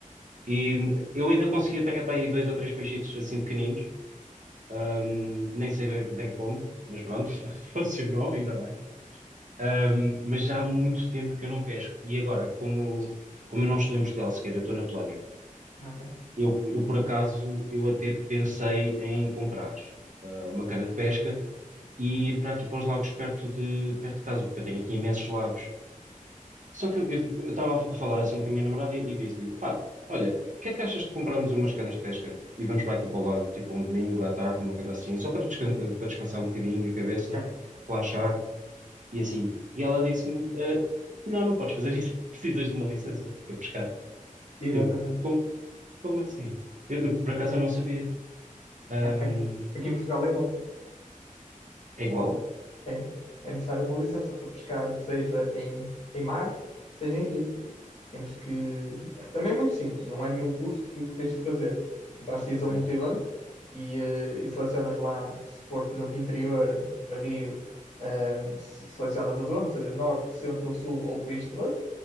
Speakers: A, on the right (about 65°); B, on the left (about 50°).
A: E eu ainda consegui apanhar para aí dois ou três peixitos assim pequeninos, ahm, nem sei bem bem como, mas pronto, <laughs> funcionou, ainda bem. Ahm, mas já há muito tempo que eu não pesco. E agora, como, como eu não estou em Portugal sequer, eu estou na Polónia,
B: Ok.
A: eu, eu, por acaso, eu até pensei em comprar ah, uma cana de pesca e ir para aqui para os lagos perto de, perto de casa, porque eu tenho aqui imensos lagos. Só que eu eu estava a falar assim com a minha namorada e, e disse-lhe: pá, olha, o que é que achas de comprarmos umas canas de pesca e vamos para aqui para o lago, tipo um domingo à tarde, uma coisa assim, só para, desca- eh, para descansar um bocadinho a cabeça,
B: Yeah.
A: relaxar e assim. E ela disse-me: "Eh, não, não podes fazer isso, <laughs> precisas de uma licença para pescar.
B: Exatamente.
A: Eu, como, como assim? Eu, eu, por acaso eu não sabia. Hum,
B: É, Aqui, aqui em Portugal é igual.
A: é igual?
B: É, é necessário uma licença para pescar, seja em, em mar, seja em rio. Temos que. Também é muito simples, não é nenhum curso que, que tens que fazer. Basta ir
A: Ok,
B: a um multibanco e, eh, e selecionas lá, se for, por exemplo, interior, para rio, ehm, se- selecionas a zona, ou seja, norte, centro, sul ou país todo,